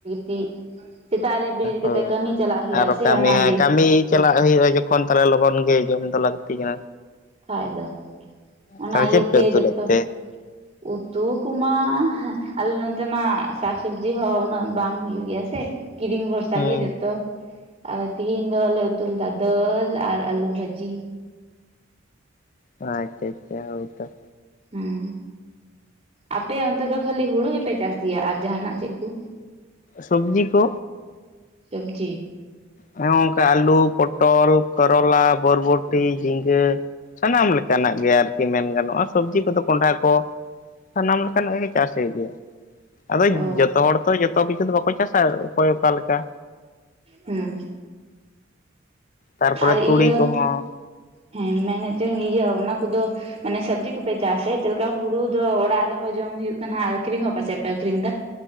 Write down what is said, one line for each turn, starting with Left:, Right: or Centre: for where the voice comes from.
Right: ᱛᱤ ᱥᱮᱛᱟᱜ ᱨᱮ ᱵᱤᱨᱤᱫ ᱠᱟᱛᱮ
Left: ᱦᱳᱭ
Right: ᱠᱟᱹᱢᱤ ᱪᱟᱞᱟᱜ ᱦᱩᱭᱩᱜ-ᱟ
Left: ᱟᱨᱚ
Right: ᱥᱮ
Left: ᱠᱟᱹᱢᱤ
Right: ᱚᱱᱟ
Left: ᱦᱚᱸ
Right: ᱤᱭᱟᱹ
Left: ᱠᱟᱹᱢᱤ ᱪᱟᱞᱟᱜ ᱦᱩᱭᱩᱜ-ᱟ ᱡᱚᱠᱷᱚᱱ ᱛᱟᱦᱚᱞᱮ ᱞᱚᱜᱚᱱ ᱜᱮ ᱡᱚᱢ ᱫᱚ ᱞᱟᱹᱠᱛᱤ ᱠᱟᱱᱟ
Right: ᱠᱷᱟᱡ ᱫᱚ ᱚᱱᱟ
Left: ᱛᱟᱦᱚᱞᱮ
Right: ᱤᱭᱟᱹᱛᱮ
Left: ᱪᱮᱫ ᱯᱮ ᱩᱛᱩ
Right: ᱡᱚᱛᱚ
Left: ᱞᱮᱫ ᱛᱮ
Right: ᱩᱛᱩ ᱠᱚᱢᱟ ᱟᱞᱮ ᱱᱚᱱᱛᱮ ᱢᱟ ᱥᱟᱠᱥᱚᱵᱽᱡᱤ ᱦᱚᱸ ᱩᱱᱟᱹᱜ ᱵᱟᱝ ᱦᱩᱭᱩᱜ ᱜᱮᱭᱟ ᱠᱤᱨᱤᱧ ᱵᱚᱥ ᱥᱟᱸᱜᱮ
Left: ᱦᱩᱸ
Right: ᱡᱚᱛᱚ ᱟᱫᱚ ᱛᱤᱦᱤᱧ ᱫᱚᱞᱮ ᱩᱛᱩ ᱞᱮᱫᱟ ᱫᱟᱹᱞ ᱟᱨ ᱟᱹᱞᱩ ᱵᱷᱟᱹᱡᱤ
Left: ᱟᱪᱪᱷᱟ ᱟᱪᱪᱷᱟ ᱦᱳᱭ ᱛᱚ
Right: ᱦᱩᱸ ᱟᱯᱮᱭᱟᱜ ᱚᱱᱛᱮ ᱫᱚ ᱠᱷᱟᱞᱤ ᱦᱩᱲᱩ ᱜᱮᱯᱮ ᱪᱟᱥ ᱜᱮᱭᱟ ᱟᱨ ᱡᱟᱦᱟᱱᱟᱜ ᱪᱮᱜ ᱠᱩ
Left: ᱥᱚᱵᱽᱡᱤ ᱠᱚ
Right: ᱥᱚᱵᱽᱡᱤ
Left: ᱦᱮᱸ ᱚᱝᱠᱟ ᱟᱞᱩ, ᱯᱚᱴᱚᱞ, ᱠᱚᱨᱚᱞᱟ, ᱵᱚᱨᱵᱚᱴᱤ, ᱡᱷᱤᱸᱜᱟᱹ, ᱥᱟᱱᱟᱢ ᱞᱮᱠᱟᱱᱟᱜ ᱜᱮ ᱟᱨᱠᱤ ᱢᱮᱱ ᱜᱟᱱᱚᱜᱼᱟ ᱥᱚᱵᱽᱡᱤ ᱠᱚᱫᱚ ᱠᱚᱸᱰᱷᱟ ᱠᱚᱼᱼ ᱥᱟᱱᱟᱢ ᱞᱮᱠᱟᱱᱟᱜ ᱜᱮ ᱪᱟᱥ ᱦᱩᱭᱩᱜ ᱜᱮᱭᱟ, ᱟᱫᱚ
Right: ᱚ
Left: ᱡᱚᱛᱚ ᱦᱚᱲᱼᱼ ᱛᱚ ᱡᱚᱛᱚ ᱠᱤᱪᱷᱩ ᱫᱚ ᱵᱟᱠᱚ ᱪᱟᱥᱟ ᱚᱠᱚᱭ ᱚᱠᱟ ᱞᱮᱠᱟ᱾
Right: ᱦᱩᱸ
Left: ᱛᱟᱨᱯᱚᱨᱮ
Right: ᱟᱨ
Left: ᱛᱩᱲᱤ
Right: ᱤᱭᱟᱹ
Left: ᱠᱚᱦᱚᱸ
Right: ᱦᱮᱸ ᱢᱮᱱᱮᱜ ᱪᱩᱧ ᱤᱭᱟᱹ ᱚᱱᱟ ᱠᱚᱼᱫᱚ ᱢᱟᱱᱮ ᱥᱚᱵᱽᱡᱤ ᱠᱚᱯᱮ ᱪᱟᱥ ᱮᱜ ᱪᱮᱜ ᱞᱮᱠᱟ ᱦᱩᱲᱩ ᱫᱚ ᱚᱲᱟᱜ ᱨᱮᱦᱚᱸ ᱡᱚᱢ ᱦᱩᱭᱩᱜ ᱠᱟᱱᱟ ᱟᱨ ᱟᱠᱷᱨᱤᱧ ᱦᱚᱸ ᱯᱟᱥᱮᱜ ᱯᱮ ᱟᱠᱷᱨᱤᱧ ᱫᱟ᱾